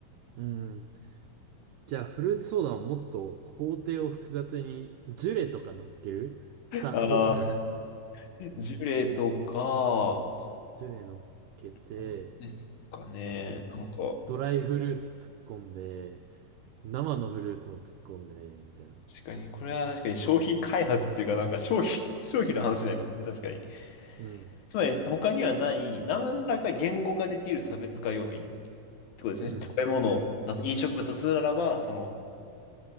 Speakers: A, on the right; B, on the left.
A: うん。じゃあ、フルーツソーダをもっと工程を複雑に、ジュレとか乗っけるた方がいいのかな。
B: ああ、<laughs>
A: うん。
B: ジュレとか、
A: ジュレ乗っけて、
B: なんですかね。
A: なんか、
B: なんか、
A: ドライフルーツ突っ込んで、生のフルーツも突っ込んで、みたいな。
B: 確かに、これは確かに商品開発っていうか、
A: なんか、
B: なんか商品、<laughs> 商品の話じゃないですよね、確かに。
A: うん、
B: つまり他にはない何らか言語化できる差別化要因ってことですね。
A: うん。
B: 食べ物だと飲食物だとするならば、その、